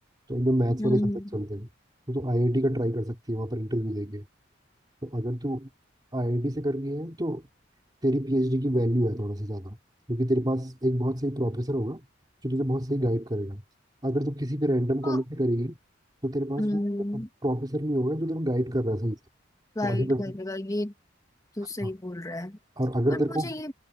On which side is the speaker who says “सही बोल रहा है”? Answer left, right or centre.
Left